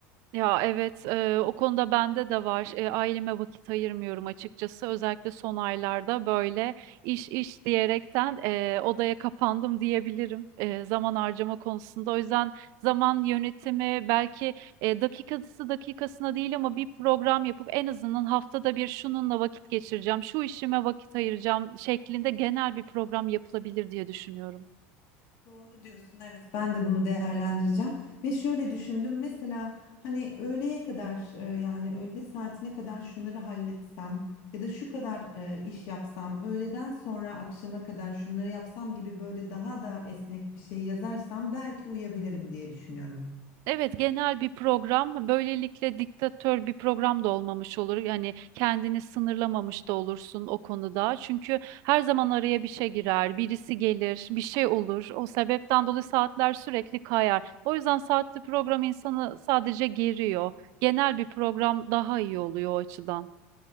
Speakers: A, on the right; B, on the left.
A: Ya evet e, o konuda bende de var. E, aileme vakit ayırmıyorum açıkçası. Özellikle son aylarda böyle iş iş diyerekten e, odaya kapandım diyebilirim e, zaman harcama konusunda. O yüzden zaman yönetimi belki e, dakikası dakikasına değil ama bir program yapıp en azından haftada bir şununla vakit geçireceğim, şu işime vakit ayıracağım şeklinde genel bir program yapılabilir diye düşünüyorum.
B: Doğru diyorsun. Evet, ben de bunu değerlendireceğim ve şöyle düşündüm. Mesela hani öğleye kadar e, yani öğle saatine kadar şunları halletsem ya da şu kadar e, iş yapsam, öğleden sonra akşama kadar şunları yapsam gibi böyle daha da esnek bir şey yazarsam belki uyabilirim diye düşünüyorum.
A: Evet, genel bir program. Böylelikle diktatör bir program da olmamış olur. Yani kendini sınırlamamış da olursun o konuda. Çünkü her zaman araya bir şey girer, birisi gelir, bir şey olur. O sebepten dolayı saatler sürekli kayar. O yüzden saatli program insanı sadece geriyor. Genel bir program daha iyi oluyor o açıdan.